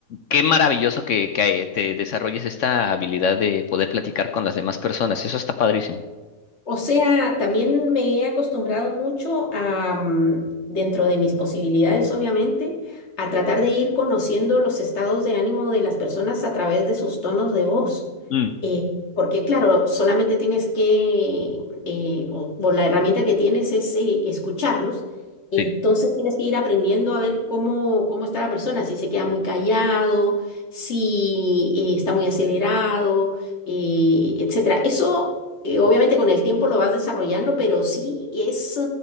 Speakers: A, on the left (about 65°); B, on the left (about 45°).
A: qué maravilloso que, que eh, te desarrolles esta habilidad de poder platicar con las demás personas. Eso está padrísimo.
B: O sea, también me he acostumbrado mucho a, mm, dentro de mis posibilidades, obviamente, a tratar de ir conociendo los estados de ánimo de las personas a través de sus tonos de voz.
A: Mm,
B: Eh, porque, claro, solamente tienes que, eh, o, o la herramienta que tienes es eh, escucharlos. Entonces
A: sí.
B: tienes que ir aprendiendo a ver cómo, cómo está la persona, si se queda muy callado, si eh, está muy acelerado eh, etcétera. Eso eh, obviamente con el tiempo lo vas desarrollando, pero sí es, eh,